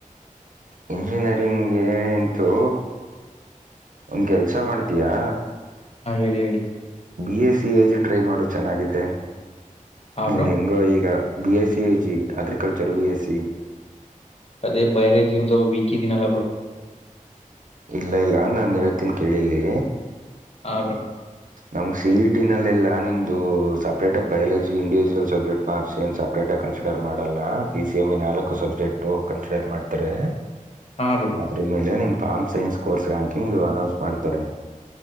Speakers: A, on the right; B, on the left.
A: ಇಂಜಿನಿಯರಿಂಗೆ ಅಂತೂ. ಒಂದ್ ಕೆಲಸ ಮಾಡತ್ತೀಯಾ?
B: ಹಾ ಹೇಳಿ ಹೇಳಿ.
A: B SC A J try ಮಾಡು ಚೆನ್ನಾಗಿದೆ
B: ಹಾ
A: ಹು
B: ಬ್ರೋ
A: ಹೆಂಗೋ ಈಗ. B SC A J agriculture B SC.
B: ಅದೇ ಬಯಾಲಜಿ ಒಂದ ಸ್ವಲ್ಪ ವೀಕಿದ್ದಿನಲ್ಲ ಬ್ರೋ.
A: ಇಲ್ಲ ಇಲ್ಲ ನಾನ್ ಹೇಳ್ತನಿ ಕೇಳಿಲ್ಲಿ
B: ಹಾ ಬ್ರೋ
A: ನಮಗ ಸೀ ಇ ಟಿನಲ್ಲೆಲ್ಲಾ ನಿಂದು separate biology individual subject marks ಏನ್ ಸಪ್ರೇಟಾಗಿ ಕನ್ಸಿಡರ್ ಮಾಡಲ್ಲ. ಪಿ ಸಿ ಎಂ ಬಿ ನಾಲ್ಕು ಸಬ್ಜೆಕ್ಟ ಕನ್ಸಿಡರ್ ಮಾಡ್ತಾರೆ.
B: ಹಾ ಬ್ರೋ.
A: ಅದರ ಮೇಲೆ ನಿನ್ನ form science course ranking announce ಮಾಡ್ತಾರೆ.